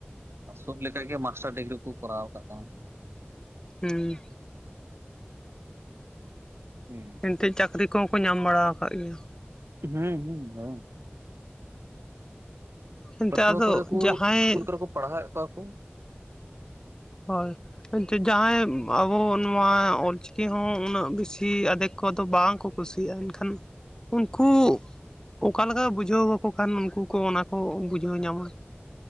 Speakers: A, on the right (about 80°); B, on the left (about 20°).
A: ᱟᱥᱳᱜ ᱞᱮᱠᱟᱜᱮ ᱢᱟᱥᱴᱟᱨ ᱰᱤᱜᱽᱨᱤ ᱠᱚ ᱠᱚᱨᱟᱣ ᱠᱟᱫ ᱛᱟᱢᱟ᱾
B: ᱦᱩᱸ᱾
A: ᱦᱩᱸ᱾
B: ᱮᱱᱛᱮᱜ ᱪᱟᱹᱠᱨᱤ ᱠᱚᱦᱚᱸ ᱠᱚ ᱧᱟᱢ ᱵᱟᱲᱟ ᱠᱟᱜ ᱜᱮᱭᱟ᱾
A: ᱦᱩᱸ ᱦᱩᱸ ᱦᱩᱸ <inaudible>
B: ᱮᱱᱛᱮ
A: ᱯᱟᱹᱴᱷᱩᱣᱟᱹ
B: ᱟᱫᱚ
A: ᱠᱚᱨᱮ ᱠᱩ
B: ᱡᱟᱦᱟᱸᱭ
A: ᱤᱥᱠᱩᱞ ᱠᱚᱨᱮ ᱠᱚ ᱯᱟᱲᱦᱟᱣᱮᱫ ᱠᱚᱣᱟ ᱠᱩ᱾
B: ᱦᱳᱭ ᱴᱷᱤᱠ ᱜᱮᱭᱟ ᱦᱟᱸᱜᱼᱟᱭ ᱩᱸ ᱟᱵᱚ ᱱᱚᱣᱟ ᱚᱞᱪᱤᱠᱤ ᱦᱚᱸ ᱩᱱᱟᱹᱜ ᱵᱮᱥᱤ ᱟᱫᱷᱮᱠ ᱠᱚᱫᱚ ᱵᱟᱝ ᱠᱚ ᱠᱩᱥᱤᱭᱟᱜᱼᱟ, ᱮᱱᱠᱷᱟᱱ ᱩᱱᱠᱩ ᱚᱠᱟ ᱞᱮᱠᱟ ᱵᱩᱡᱷᱟᱹᱣ ᱟᱠᱚ ᱠᱷᱟᱱ ᱩᱱᱠᱩ ᱠᱚ ᱚᱱᱟ ᱠᱚ ᱵᱩᱡᱷᱟᱹᱣ ᱧᱟᱢᱟ᱾